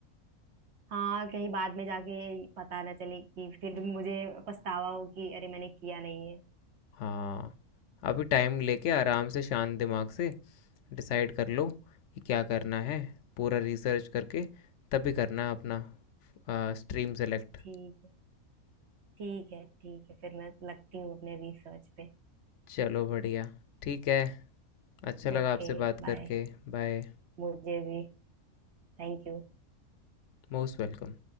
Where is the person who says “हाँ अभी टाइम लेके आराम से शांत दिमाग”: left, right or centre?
Left